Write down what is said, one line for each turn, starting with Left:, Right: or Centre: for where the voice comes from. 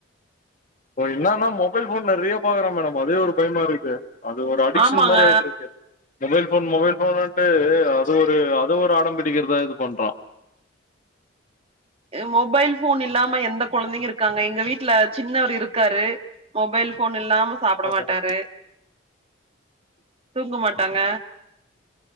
Left: இப்ப என்னன்னா மொபைல் ஃபோன் நறிய பாக்குற மேடம் அதே ஒரு பயம்மா இருக்கு அது ஒரு அடிக்க்ஷன்
Right: ஆமாங்க
Left: மாரி ஆயிட்ருக்கு mobile phone mobile phone mobile ஃபோனுன்ட்டு அது ஒரு அது ஒரு ஆடம் பிடிக்கிற்தா இது பண்றோ
Right: அ மொபைல் ஃபோன் இல்லாம எந்த கொழந்தைங்க இருக்காங்க எங்க வீட்டுல சின்னவரு இருக்காரு மொபைல் ஃபோன் இல்லாம சாப்புட
Left: ஆ
Right: மாட்டாரு
Left: மேடம்
Right: தூங்க மாட்டாங்க